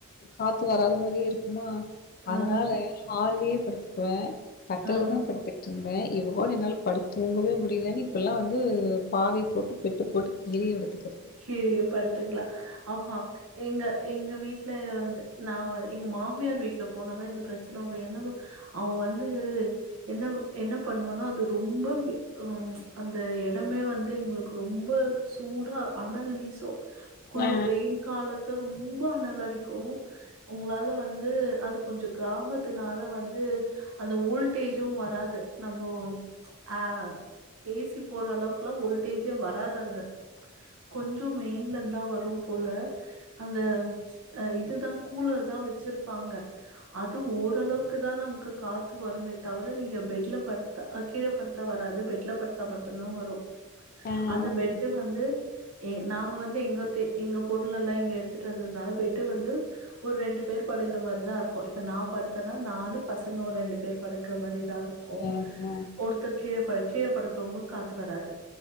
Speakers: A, on the left; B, on the right.
A: காத்து வராது மாரியே இருக்குமா அதனால
B: ஆ
A: ஹாலயே படுத்துக்குவே கட்டல்ல
B: ஆ
A: தா படுத்துக் தூங்குவே இவகோட என்னால படுத்து தூங்கவே முடியலன்னு இப்பல்லா வந்து பாவை போட்டு பெட்டு போட்டு வெளிய படுத்துக்கிறது
B: கீழயே படுத்துக்கலா ஆமா எங்க எங்க வீட்ல வந்து நா எங்க மாமியார் வீட்ல போனதா இந்த பிரச்சனை வரு என்னவோ அவ வந்து என்ன என்ன பண்ணுவன்னா அது ரொம்ப ஆ அந்த இடமே வந்து எங்களுக்கு ரொம்ப சூடா அனல் வீசு குழு
A: ஆ
B: வெயில் காலத்துல ரொம்ப அனல் அடிக்கு உங்களால வந்து அது கொஞ்ச கிராமத்துனால வந்து அந்த ஓல்டேஜும் வராது நம்ம ஆ ஏசி போற அளவுக்குல்லா வோல்டேஜே வராது அங்க கொஞ்சோ மெயின்லருந்தா வரும் போல அந்த இதுதா கூலர் தா வச்சிருப்பாங்க அது ஓரளவுக்கு தா நமக்கு காத்து வருமே தவிர நீங்க பெட்ல படுத் த்தா கீழ படுத்தா வராது பெட்ல படுத்தா மட்டுந்தா வரு
A: ஆ
B: அந்த பெட்டு வந்து எ நாங்க வந்து எங்க தே எங்க பொருள் எல்லா இங்க எடுத்துட்டு வந்ததுனால பெட்டு வந்து ஒரு ரெண்டு பேர் படுக்குற மாரி தா இருக்கோ இப்ப நா படுத்தனா நானு பசங்க ஒரு ரெண்டு பேரு படுக்க மாரிதா இருக்கோ
A: ஆ ஆ
B: ஒருத்தர் கீழ ப கீழ படுக்கறவங்ளு காத்து வராது